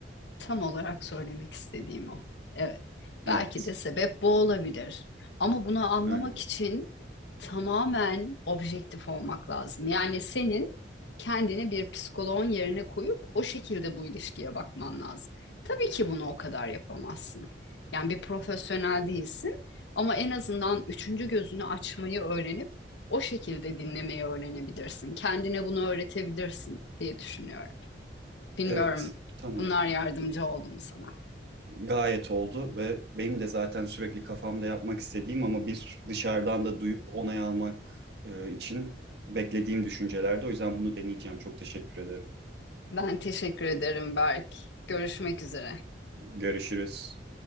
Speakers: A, on the left; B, on the right.
A: Tam olarak söylemek istediğim o. Evet. Belki
B: Evet,
A: de sebep bu olabilir. Ama bunu anlamak
B: aynen.
A: için tamamen objektif olmak lazım. Yani senin kendini bir psikoloğun yerine koyup o şekilde bu ilişkiye bakman lazım. Tabii ki bunu o kadar yapamazsın. Yani bir profesyonel değilsin ama en azından üçüncü gözünü açmayı öğrenip o şekilde dinlemeyi öğrenebilirsin. Kendine bunu öğretebilirsin diye düşünüyorum. Bilmiyorum
B: Evet, tamam.
A: bunlar yardımcı oldu mu sana?
B: Gayet oldu ve benim de zaten sürekli kafamda yapmak istediğim ama bir dışarıdan da duyup onay almak e, için beklediğim düşüncelerde. O yüzden bunu deneyeceğim. Çok teşekkür ederim.
A: Ben teşekkür ederim Berk. Görüşmek üzere.
B: Görüşürüz.